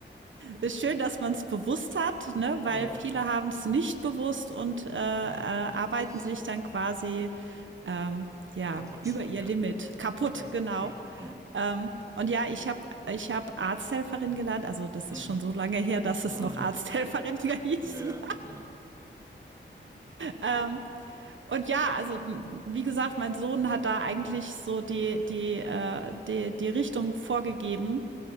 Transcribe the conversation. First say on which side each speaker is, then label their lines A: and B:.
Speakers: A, on the right; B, on the right.
A: Ist schön, dass man es bewusst hat, ne? weil
B: Ja,
A: viele
B: ja.
A: haben es nicht bewusst und äh, äh, arbeiten
B: Ne, ne, das ist
A: sich dann quasi ähm, ja
B: kaputt.
A: über ihr
B: Ja,
A: Limit kaputt,
B: genau.
A: genau.
B: Ja. Mhm.
A: Ähm, und ja, ich habe ich hab Arzthelferin gelernt, also das ist
B: Mhm.
A: schon so lange her, dass es
B: Mhm.
A: noch Arzthelferin <laughs> hießen.
B: Ja, ja,
A: Ähm, und ja, also wie gesagt, mein Sohn hat da eigentlich so die, die, äh, die, die Richtung vorgegeben,